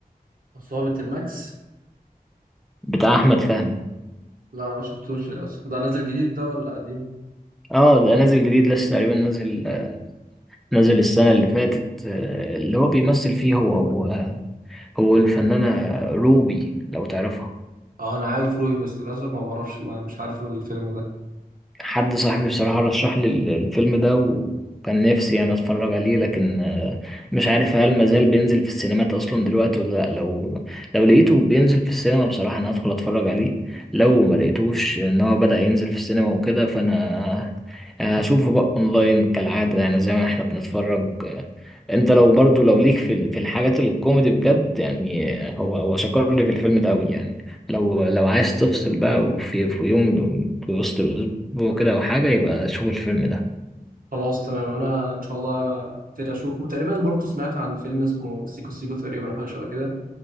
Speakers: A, on the right; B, in the centre.
A: عصابة الماكس
B: بتاع احمد فهمي
A: لا ما شفتوش للاسف ده نازل جديد ده ولا قديم
B: اه ده نازل جديد لسه تقريبا نازل آه، نازل السنة اللي فاتت آه اللي هو بيمثل فيه هو هو, هو الفنانة روبي لو تعرفها
A: اه انا عارف روبي بس للاسف ما بعرفش ما مش عارف الفيلم ده
B: حد صاحبي بصراحة رشح لي ال- الفيلم ده وكان نفسي يعني اتفرج عليه لكن آه، مش عارف هل مازال بينزل في السينمات اصلا دلوقتي ولا لا لو لو لقيته بينزل في السينما بصراحة انا هدخل اتفرج عليه لو ما لقيتوش ان هو بدأ ينزل في السينما وكده فانا آه، هشوفه بقى اونلاين كالعادة يعني زي ما احنا بنتفرج انت لو برضو لو ليك في ال- في الحاجات الكوميدي بجد يعني هو هو شكر لي في الفيلم ده قوي يعني لو لو عايز تفصل بقى وفي في يوم في وسط الاسبوع كده او حاجه يبقى شوف الفيلم ده
A: خلاص تمام انا ان شاء الله كتير اشوفه تقريبا برضو سمعت عن فيلم اسمه سيكو سيكو تقريبا أو حاجه شبه كده